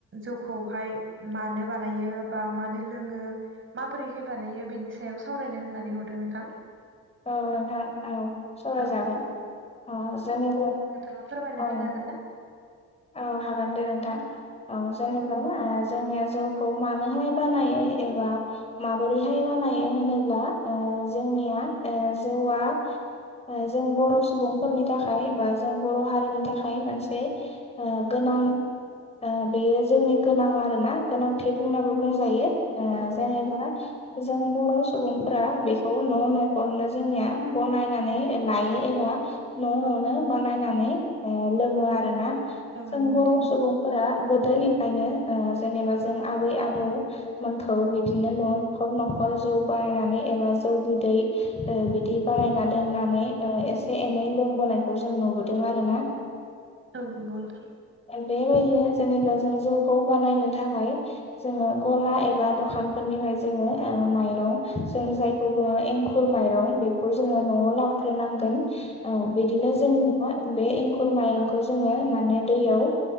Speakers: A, on the right (about 45°); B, on the left (about 20°).
A: जौखौहाय मानो बानायो बा मा नो लोङो माबोरैहाय बानायो बेनि सायाव सावरायनो होननानै हरदों नोंथां।
B: औ नोंथां औ सावराय
A: औ
B: जागोन। औ जोङो
A: नोंथाङा फोरमायनो
B: औ
A: होनो हागोन ना?
B: औ हागोन दे नोंथां। औ जेनेबा ना जोंङो। जौखौ मानोहाय बानायो एबा माबोरैहाय बानायो होनोब्ला ओ जोंनिया ए जौवा ओ जों बर' सुबुंफोरनि थाखाय बा जों बर' हारिनि थाखाय मोनसे ओ गोन
A: <inaudible>
B: ओ बेयो जोंनि गोनां आरोना गोनांथि बुंनाबो बुंजायो। ओ
A: औ नंगौ
B: जेनेबा
A: नोंथां
B: जों बर' सुबुंफोरा बेखौ न' न' न'खरनो जोंनिया बानायनानै लायो एबा न' न' आवनो बानायनानै ओ लोङो आरोना
A: औ
B: जों
A: नंगौ
B: बर'
A: नोंथां
B: सुबुंफोरा गोदोनिफ्रायनो ओ जेनेबा जों आबै आबौमोनखौ बिदिनो न' न'खर न'ख खर जौ बानायनानै एबा जौ बिदै ओ बिदि बानायना दोननानै एसे एनै लोंबोनायखौ जों नुबोदों आरो ना
A: औ नंगौ नोंथां
B: बेबायदिनो जेनेबा जों जौखौ बानायनो थाखाय जोङो गला एबा दखानफोरनि फ्राय जोङो ओ मायरं जों जायखौ बुङो एंखुर एंखुर माइर बेखौ जोङो न'आव लाबोग्रोनांगोन औ बिदिनो जों बे एंखुरखौ खर माइरंखौ जोङो माने दैयाव